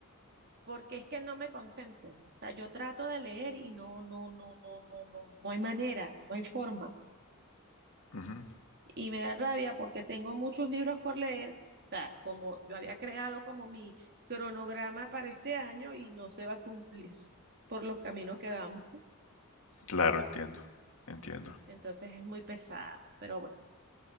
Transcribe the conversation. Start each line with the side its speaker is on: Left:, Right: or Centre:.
Right: porque es que no me concentro. O sea, yo trato de leer y no, no, no, no, no, no, no hay manera, no hay forma.
Left: Ujú,
Right: Y me da rabia porque tengo muchos libros por leer. O sea, como yo había creado como mi cronograma para este año y no se va a cumplir <laughs> por los caminos que vamos.
Left: Claro, entiendo, entiendo.
Right: Entonces es muy pesado. Pero bueno,